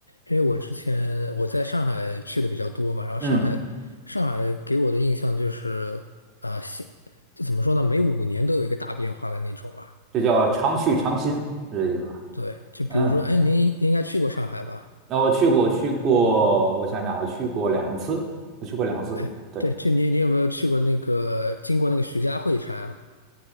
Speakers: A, on the left; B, on the right.
A: 因为我之前我在上海去的比较多嘛，然后上海上海给我的印象就是，
B: 嗯，
A: 啊，现就怎么说呢，每五年都有一个大变化的那种吧。
B: 这叫常去常新，是这意思吧？
A: 对，就比如说，
B: 嗯，
A: 哎，您您应该去过上海吧？
B: 那我去过，我去过，我想想，我去过两次，我去过两次。
A: 哎，
B: 对，
A: 对，就你你有没有去过那个经过那个徐家汇站啊？